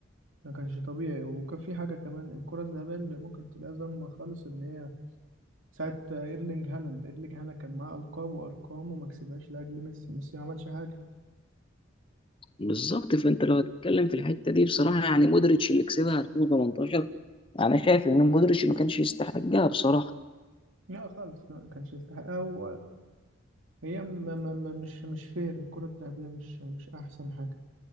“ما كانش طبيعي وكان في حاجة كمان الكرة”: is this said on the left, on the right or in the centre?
Right